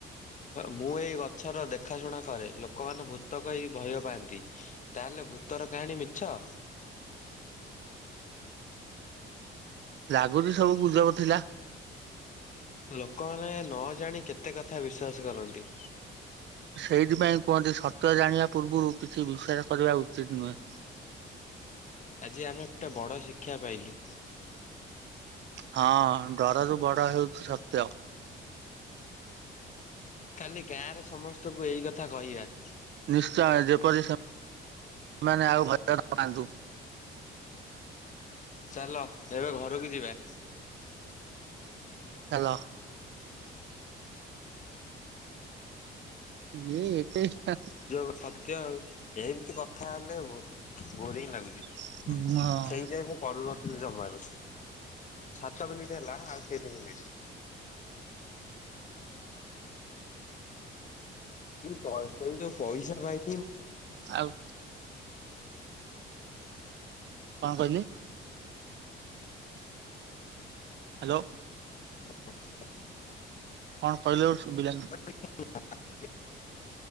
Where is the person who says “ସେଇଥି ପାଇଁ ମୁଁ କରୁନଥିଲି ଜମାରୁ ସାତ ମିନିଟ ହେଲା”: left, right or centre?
Left